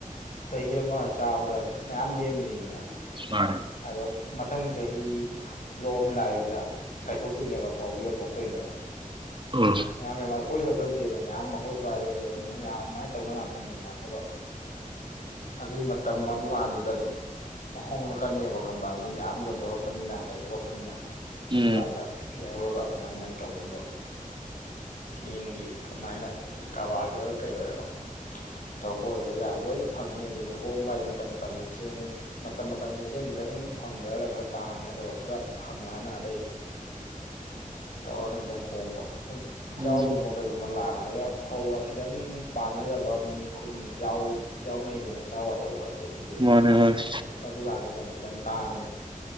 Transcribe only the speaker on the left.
ꯆꯍꯤ ꯑꯃ ꯆꯥꯕꯗ ꯃꯌꯥꯝ ꯂꯦꯝꯃꯤꯅꯤꯗꯅ
ꯑꯗꯣ ꯃꯊꯪ ꯆꯍꯤ ꯂꯣꯛꯑꯝꯗꯥꯏꯗꯨꯗ ꯇꯥꯏꯊꯣꯛꯇꯣꯏꯅꯦꯕ ꯐꯧꯗꯨ ꯌꯣꯟꯊꯣꯛꯇꯣꯏꯅꯦꯕ
ꯃꯌꯥꯝ ꯃꯌꯥꯝ ꯑꯈꫭꯏ ꯈꯛꯇ ꯅꯠꯇꯦꯅ ꯃꯌꯥꯝ ꯃꯈꯣꯏ ꯁꯋꯥꯏ ꯂꯩꯃꯥꯏ ꯇꯧꯕ ꯉꯥꯛꯇꯅꯦꯅ ꯑꯗꯨꯒ ꯑꯗꯨꯒꯤ ꯃꯇꯝ ꯑꯗꯨ ꯀꯥꯟꯗꯨꯗ ꯑꯗꯨꯝ ꯍꯣꯡꯉꯛꯀꯅꯦꯕ ꯈꯪꯕꯔꯥ ꯃꯤ ꯃꯌꯥꯝ ꯌꯣꯟꯊꯣꯔꯛꯄꯅꯤꯅ ꯇꯥꯏꯊꯣꯔꯛꯄꯅꯤꯅ ꯑꯗꯨꯒꯟꯗ
ꯂꯩꯍꯧꯔꯒꯥ ꯁꯨꯃꯥꯏꯅ ꯅꯪ ꯇꯧꯅꯤꯡꯕ ꯆꯦꯡꯒꯤ ꯀꯃꯥꯏꯅ ꯀꯔꯕꯥꯔꯒꯤ ꯑꯣꯏꯔꯣ ꯀꯩ ꯑꯣꯏꯔꯣ ꯇꯧꯕ ꯑꯣꯏꯔꯣ ꯂꯣꯏ ꯌꯥꯔ ꯂꯣꯏ ꯐꯪꯉꯦ ꯑꯗꯨꯏꯗꯤ ꯍꯣꯡꯕ ꯍꯥꯏꯁꯦ ꯃꯇꯝ ꯃꯇꯝꯒꯤ ꯆꯦꯡ ꯃꯇꯝ ꯃꯇꯝꯒꯤ ꯆꯦꯡ ꯈꯤꯇꯪ ꯐꯪꯗꯒ ꯈꯔ ꯇꯥꯡꯉꯦ ꯑꯗꯨꯒ ꯈꯔ ꯐꯪꯉꯅ ꯑꯗꯩ ꯇꯧꯔꯅ ꯈꯤꯇꯪ ꯍꯣꯡꯕ ꯁꯨꯝ ꯏꯆꯥꯎꯒꯨꯝꯕ
ꯀꯩꯒꯨꯝꯕ ꯂꯥꯛ ꯈꯔꯒ ꯐꯧꯒ ꯈꯤꯇꯪ ꯄꯥꯟꯅꯗꯕ ꯃꯤ ꯈꯨꯟ ꯌꯥꯎꯅꯩꯗꯅ ꯏꯆꯥꯎꯒ ꯇꯧꯔꯗꯤ ꯑꯗꯨ
ꯑꯗꯨ ꯑꯗꯨꯀꯥꯟꯗꯅ ꯑꯃꯨꯛ ꯈꯤꯇꯪ ꯇꯥꯡꯉꯅꯤ